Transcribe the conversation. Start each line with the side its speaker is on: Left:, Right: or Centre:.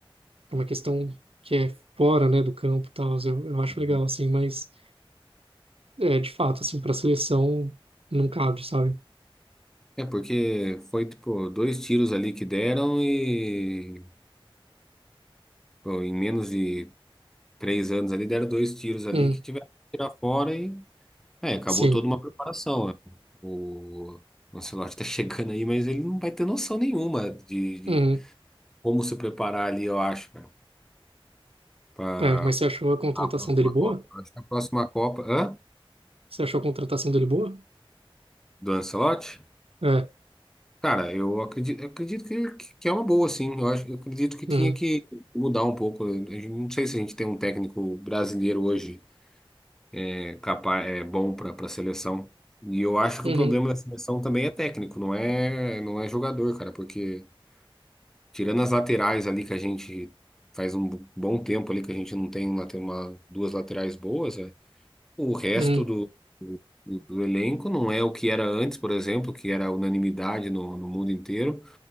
Right: pra uma questão que é fora, né, do campo, e tal. Eu, eu acho
Centre: né?
Right: legal assim, mas é de fato assim para seleção não cabe, sabe?
Centre: É porque foi tipo dois tiros ali que deram e pô, em menos de três anos ali deram dois tiros ali
Right: Hum,
Centre: que tiveram que tirar fora e é, acabou
Right: sim.
Centre: toda uma preparação. né? O o Ancelotti <laughs> tá chegando aí, mas ele não vai ter noção nenhuma de, de
Right: Hum,
Centre: como se preparar ali, eu acho, cara, para
Right: é, mas você achou a contratação
Centre: a próxima
Right: dele boa?
Centre: Copa. Eu Acho que a próxima Copa, hã?
Right: Você achou a contratação dele boa?
Centre: Do Ancelotti?
Right: É.
Centre: Cara, eu acredito, eu acredito que, que que é uma boa, sim. Eu acho, eu acredito que tinha
Right: Uhum,
Centre: que mudar um pouco. A gente- não sei se a gente tem um técnico brasileiro hoje é, capaz, é bom para a seleção. E eu acho
Right: uhum,
Centre: que o problema da seleção também é técnico, não é, não é jogador, cara, porque tirando as laterais ali que a gente faz um bom tempo ali que a gente não tem lá tem uma duas laterais boas, é, o resto
Right: uhum,
Centre: do, do, do elenco não é o que era antes, por exemplo, que era unanimidade no, no mundo inteiro.